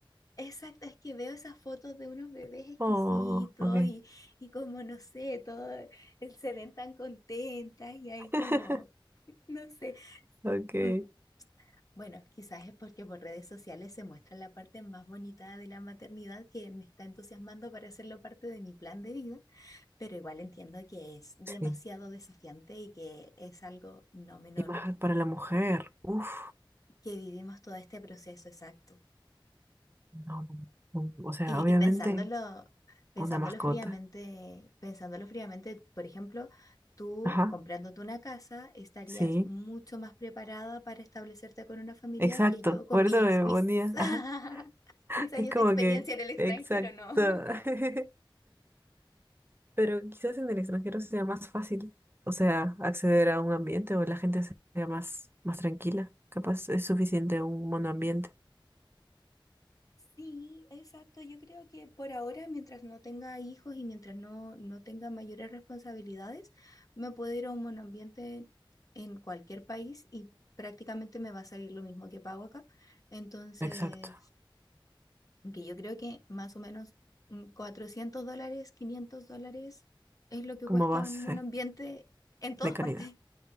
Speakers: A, on the left; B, on the right.
A: Exacto, es que veo esas fotos de unos bebés exquisitos
B: Oh, ok,
A: y, y como, no sé, todo, eh, se ven tan contentas y hay
B: <laughs>
A: como... <laughs> No sé,
B: ok.
A: Mm, Bueno, quizás es porque por redes sociales se muestra la parte más bonita de la maternidad que me está entusiasmando para hacerlo parte de mi plan de vida, pero igual entiendo que es demasiado
B: Sí.
A: desafiante y que es algo no menor,
B: Y más para la mujer. Uf,
A: que vivimos todo este proceso exacto.
B: no, no, no, O sea,
A: Y,
B: obviamente
A: y pensándolo, pensándolo
B: una mascota.
A: fríamente, pensándolo fríamente, por ejemplo, tú
B: Ajá,
A: comprándote una casa estarías
B: sí,
A: mucho más preparada para establecerte con una familia
B: exacto.
A: que yo con
B: Por
A: mis,
B: eso me
A: mis
B: ponía,
A: <laughs>
B: ajá. <laughs>
A: mis años
B: Es como
A: de experiencia
B: que,
A: en el extranjero,
B: exacto.
A: ¿no? <laughs>
B: <laughs> Pero quizás en el extranjero sea más fácil, o sea, acceder a un ambiente o la gente sea más, más tranquila. Capaz es suficiente un monoambiente.
A: Sí, exacto. Yo creo que por ahora, mientras no tenga hijos y mientras no, no tenga mayores responsabilidades, me puedo ir a un monoambiente en cualquier país y prácticamente me va a salir lo mismo que pago acá. Entonces,
B: Exacto.
A: que yo creo que más o menos mm, 400 dólares, 500 dólares es lo que
B: Como
A: cuesta
B: base
A: un monoambiente en todas
B: de calidad.
A: partes.